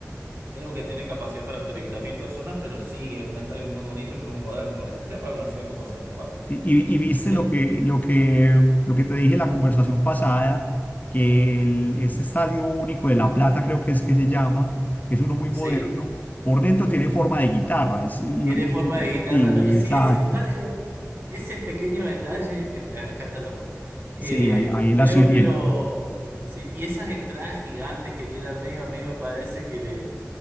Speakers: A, on the right; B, on the left.
A: creo que tiene capacidad para 30.000 personas, pero sí, es un estadio muy bonito y muy moderno, en especial para una ciudad como San Juan.
B: Sí, y, y viste
A: Eh,
B: lo que, lo que, lo que te dije en la conversación pasada, que el, ese estadio único de La Plata creo que es que se llama, es uno muy moderno,
A: Sí,
B: por dentro tiene forma de guitarra. es lo-
A: Tiene
B: lo
A: forma de guitarra.
B: sí,
A: No, sí,
B: exacto.
A: ese estadio, ese pequeño detalle, que eh, acá está la foto. Eh,
B: Sí, ahí, ahí la
A: creo
B: estoy viendo.
A: que lo. Sí, y esas entradas gigantes que tiene al medio, a mí me parece que le,